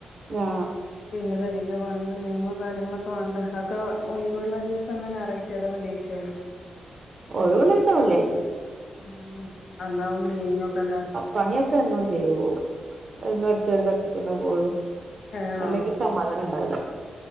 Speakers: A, on the right; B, on the left.
A: ആഹ്
B: പിന്നെ പെരയിലെ പണിയും ക്ലീനിങ്ങും കാര്യങ്ങളൊക്കെ വേണ്ടേ അതൊക്കെ ഒഴിവുള്ള ദിവസം ഇന്ന് ഞാറ ഏതാ വെള്ളിയാഴ്ച്ച
A: ഒഴിവുള്ള ദിവസം വള്ളിയാച്ച
B: ഉം അന്നാവും ക്ലീനിങ്ങോക്കല്ലേ
A: പണിയൊക്കെ എന്നും ചെയ്തു പോകും എന്നും അടിച്ചുവാരി തൊടച്ചിട്ടല്ലേ പോവുള്ളൂ
B: ആണോ
A: അല്ലെങ്കി സമാധാനം ഉണ്ടാവില്ല.